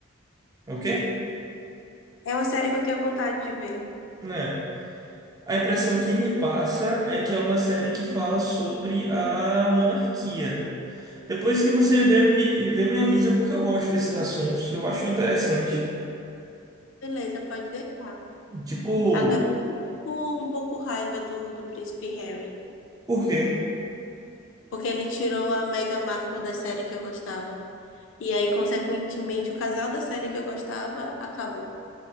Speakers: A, on the right (about 20°); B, on the left (about 65°).
A: O quê?
B: É uma série que eu tenho vontade de ver.
A: Né? A impressão que me passa é que é uma série que fala sobre a monarquia. Depois que você vê, me, vê, me avisa, porque eu gosto desses assuntos. Eu acho interessante.
B: Beleza, pode deixar.
A: Tipo,
B: Agora eu tenho um pouco, um pouco raiva do, do príncipe Harry.
A: por quê?
B: Porque ele tirou a Meghan Markle da série que eu gostava. E aí, consequentemente, o casal da série que eu gostava acabou.